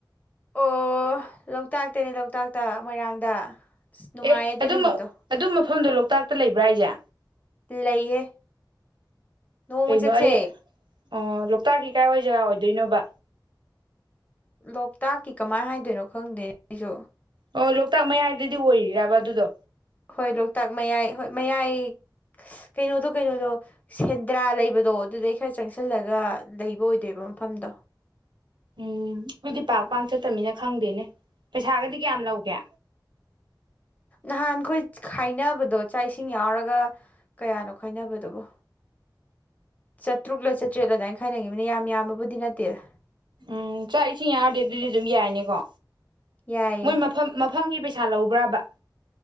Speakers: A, on the left; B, on the right.
A: ꯑꯣ ꯂꯣꯛꯇꯥꯛꯇꯅꯦ ꯂꯣꯛꯇꯥꯛꯇ ꯃꯣꯏꯔꯥꯡꯗ꯫ ꯑꯁ ꯅꯨꯡꯉꯥꯏꯌꯦ
B: ꯑꯦ
A: ꯑꯗꯨꯏ
B: ꯑꯗꯨꯃꯛ
A: ꯅꯨꯃꯤꯠꯇꯣ
B: ꯑꯗꯨ ꯃꯐꯝꯗꯣ ꯂꯣꯛꯇꯥꯛ ꯂꯩꯕ꯭ꯔꯥ ꯍꯥꯏꯖꯦ꯫
A: ꯂꯩꯏꯌꯦ ꯅꯣꯡꯃ
B: ꯀꯩꯅꯣ
A: ꯆꯠꯁꯦ꯫
B: ꯑꯩ ꯑꯣ ꯂꯣꯛꯇꯥꯛꯀꯤ ꯀꯥꯏꯋꯥꯏ ꯖꯒꯥ ꯑꯣꯏꯗꯣꯏꯅꯣꯕ꯫
A: ꯂꯣꯛꯇꯥꯛꯀꯤ ꯀꯃꯥꯏꯅ ꯍꯥꯏꯗꯣꯏꯅꯣ ꯈꯪꯗꯦ ꯑꯩꯁꯨ
B: ꯑꯣ ꯂꯣꯛꯇꯥꯛ ꯃꯌꯥꯏꯗꯗꯤ ꯑꯣꯏꯔꯤꯔꯕ ꯑꯗꯨꯗꯣ꯫
A: ꯍꯣꯏ ꯂꯣꯛꯇꯥꯛ ꯃꯌꯥꯏ ꯍꯣꯏ ꯃꯌꯥꯏ ꯀꯩꯅꯣꯗꯣ ꯀꯩꯅꯣꯗꯣ ꯁꯦꯟꯗ꯭ꯔꯥ ꯂꯩꯕꯗꯣ ꯑꯗꯨꯗꯩ ꯈꯔ ꯆꯪꯁꯤꯜꯂꯒ ꯂꯩꯕ ꯑꯣꯏꯗꯣꯏꯕ ꯃꯐꯝꯗꯣ꯫
B: ꯎꯝ ꯑꯩꯗꯤ ꯄꯥꯛ ꯄꯥꯛ ꯆꯠꯇꯝꯅꯤꯅ ꯈꯪꯗꯦꯅꯦ ꯄꯩꯁꯥꯒꯗꯤ ꯀꯌꯥꯝ ꯂꯧꯒꯦ
A: ꯅꯍꯥꯟꯈꯣꯏ ꯈꯥꯏꯅꯕꯗꯣ ꯆꯥꯛ ꯏꯁꯤꯡ ꯌꯥꯎꯔꯒ ꯀꯌꯥꯅꯣ ꯈꯥꯏꯅꯕꯗꯨꯕꯨ ꯆꯥꯇ꯭ꯔꯨꯛꯂ ꯆꯥꯇ꯭ꯔꯦꯠꯂ ꯑꯗꯨꯃꯥꯏ ꯈꯥꯏꯅꯒꯤꯝꯅꯦ ꯌꯥꯝ ꯌꯥꯝꯕꯕꯨꯗꯤ ꯅꯠꯇꯦꯗ꯫
B: ꯎꯝ ꯆꯥꯛ ꯏꯁꯤꯡ ꯌꯥꯎꯔꯗꯦ ꯑꯗꯨꯗꯤ ꯑꯗꯨꯝ ꯌꯥꯏꯅꯤꯀꯣ
A: ꯌꯥꯏꯌꯦ
B: ꯃꯣꯏ ꯃꯐꯝ ꯃꯥ ꯃꯐꯝꯒꯤ ꯄꯩꯁꯥ ꯂꯧꯕ꯭ꯔꯕꯥ꯫